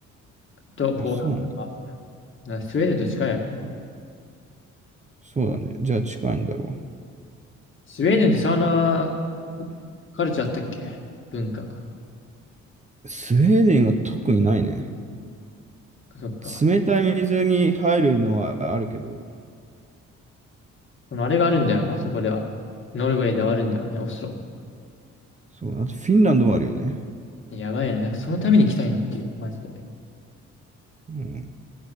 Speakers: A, on the left; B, on the right.
A: ーとポーランドハーフな、
B: あ、そうなんだ。
A: スウェーデンと近いよね。
B: そうだね。じゃあ近いんだろ
A: スウェーデンってサウナカルチャーあったっけ文化。
B: う。スウェーデンは特にないね。
A: そっか。
B: 冷たい水に入るのはあるけど、
A: このあれがあるんだよ、あそこでは。ノルウェーではあるんだよね、オスロ。
B: そう、あとフィンランドはあるよね。
A: やばいよね。なんかそのために行きたいなっていう、マジで。
B: うん。